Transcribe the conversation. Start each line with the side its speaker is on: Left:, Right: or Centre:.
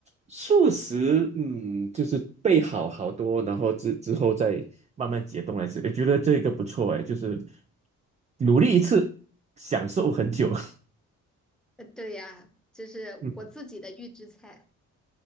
Right: 素食，嗯，就是备好好多，然后之之后再慢慢解冻来吃，也觉得这个不错诶，就是努力一次，享受很久，
Centre: 呃，对呀，这是我自己的预制菜。
Right: <laughs> 嗯，